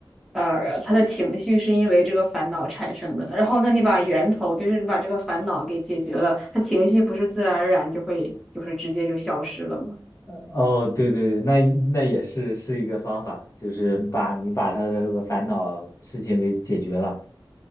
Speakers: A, in the centre; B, on the left (about 35°).
A: 呃，他的情绪是因为这个烦恼产生的，然后那你把源头，就是你把这个烦恼给解决了，他情绪不是自然而然就会就是直接就消失了吗？
B: 哦，对对对，那那也是是一个方法，就是把你把他的这个烦恼事情给解决了。